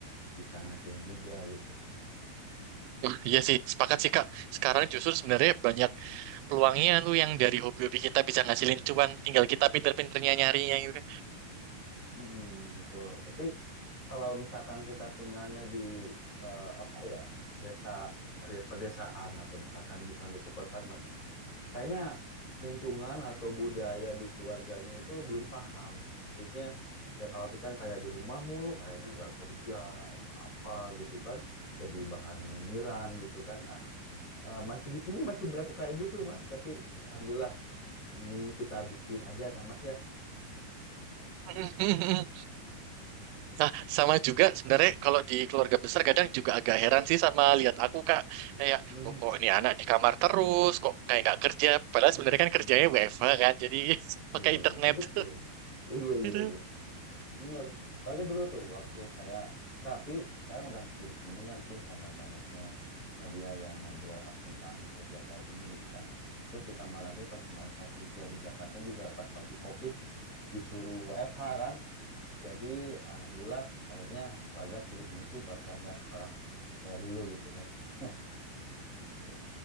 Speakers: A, on the left; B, on the right.
A: bisa ngasilin juga gitu.
B: Wah, iya sih, sepakat sih Kak. Sekarang justru
A: Hmm.
B: sebenarnya banyak peluangnya tuh yang dari hobi-hobi kita bisa ngasilin cuan, tinggal kita pinter-pinternya nyarinya. gitu.
A: Mm-mm, betul. Tapi kalau misalkan kita tinggalnya di eh, apa ya desa desa- pedesaan atau misalkan bukan di perkotaan mas Kayaknya lingkungan atau budaya di keluarganya itu belum paham. Maksudnya ya kalau kita yang kayak di rumah mulu kayaknya nggak kerja atau apa gitu kan. Jadi bahan nyinyiran gitu kan. Ah, eh, masih di sini masih berlaku kayak gitu, Mas. Tapi alhamdulillah mending kita buktiin aja kan, Mas ya.
B: <laughs> Mhm, mhm, mhm.
A: Bener.
B: Nah, sama juga sebenarnya kalau di keluarga besar kadang juga agak heran sih sama lihat aku Kak. Kayak
A: Mhm.
B: kok, kok ini anak di kamar terus, kok kayak nggak kerja. Padahal sebenarnya kan
A: Mhm.
B: kerjanya WFH kan, jadi <laughs>
A: Iya,
B: pakai internet.
A: iya, iya, betul.
B: <laughs>
A: Iya, iya,
B: Gitu.
A: iya. Bener. Apalagi dulu tuh waktu saya, nah, tapi sekarang udah sedikit mendingan sih karena banyaknya media yang nge-blow up tentang kerja kayak gini gitu kan. Terus ditambah lagi pas kemarin saya kerja di Jakarta juga pas pagi COVID disuruh WFH kan. Jadi alhamdulillah akhirnya keluarga sedikit mengerti kalau sekarang nggak separah kayak dulu gitu kan. <laughs> Gitu.